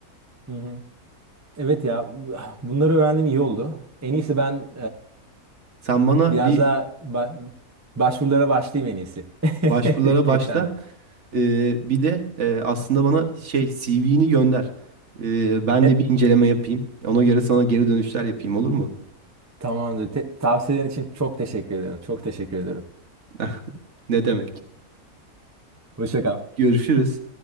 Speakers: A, on the right (about 15°); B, on the right (about 50°).
A: Hı hı. Evet ya bunları öğrendim iyi oldu. En iyisi ben
B: Sen bana
A: Biraz
B: bir
A: daha ba- başvurulara başlayayım en iyisi. <laughs>
B: başvurulara
A: Bir Tekrardan.
B: başla e, bir de e, aslında bana şey CV'ni gönder. E, ben
A: E,
B: de bir inceleme yapayım. Ona göre sana geri dönüşler yapayım olur mu?
A: tamamdır. Te- tavsiyelerin için çok teşekkür ediyorum. Çok teşekkür ediyorum.
B: <laughs> Ne demek?
A: Hoşça kal.
B: Görüşürüz.